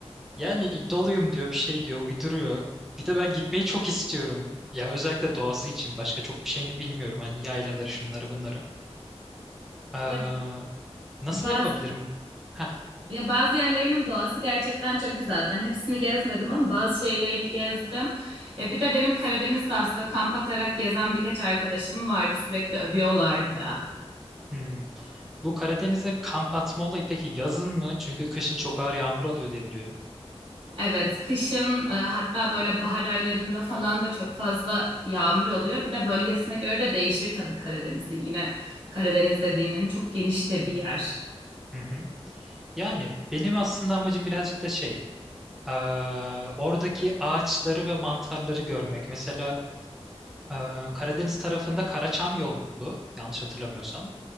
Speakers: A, in the centre; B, on the right.
A: Yani doluyum diyor, bir şey diyor, uyduruyor. Bir de ben gitmeyi çok istiyorum. Ya özellikle doğası için başka çok bir şeyini bilmiyorum. Hani yaylaları, şunları, bunları. Eee,
B: Ya
A: nasıl
B: bazı
A: yapabilirim? Heh,
B: ya bazı yerlerinin doğası gerçekten çok güzel. Ben hepsini gezmedim ama bazı şeylerini gezdim. E, bir de benim Karadeniz'de aslında kamp atarak gezen birkaç arkadaşım vardı. Sürekli övüyorlardı.
A: hmm. Bu Karadeniz'e kamp atma olayı peki yazın mı? Çünkü kışın çok ağır yağmur alıyor diye biliyorum.
B: Evet, kışın e, hatta böyle bahar aylarında falan da çok fazla yağmur oluyor. Bir de bölgesine göre de değişir tabii Karadeniz'in. Yine Karadeniz dediğinin çok geniş de bir yer.
A: Hı hı. Yani benim aslında amacım birazcık da şey, eee, oradaki ağaçları ve mantarları görmek. Mesela eee, Karadeniz tarafında karaçam yoğunluklu, yanlış hatırlamıyorsam.